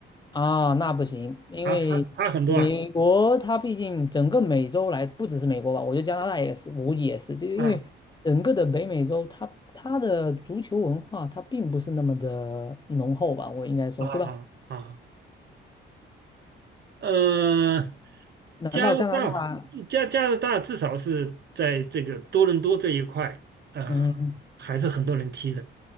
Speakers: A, on the left (about 20°); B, on the right (about 55°).
A: 啊，那不行，因为美国它毕竟整个美洲来，
B: 啊，差差很多啊，
A: 不只是美国吧，我觉得加拿大也是，我估计也是，就因为整个的北美洲它，
B: 啊
A: 它的足球文化它并不是那么的浓厚吧，我应该说，
B: 啊啊啊。
A: 对吧？
B: 呃，
A: 难道加拿大？
B: 加拿大加加拿大至少是在这个多伦多这一块，呃，
A: 嗯，
B: 还是很多人踢的。